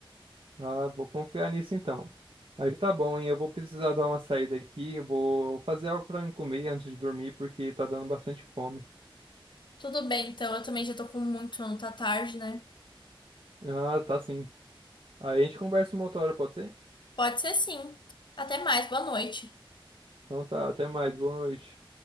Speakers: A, on the right; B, on the left.
A: Ah, vou confiar nisso então. Mas tá bom, hein? Eu vou precisar dar uma saída aqui. Eu vou fazer algo pra comer antes de dormir, porque tá dando bastante fome.
B: Tudo bem, então eu também já tô com muito sono, tá tarde, né?
A: Ah, tá sim. Aí a gente conversa uma outra hora, pode ser?
B: Pode ser sim. Até mais, boa noite.
A: Então tá, até mais. Boa noite.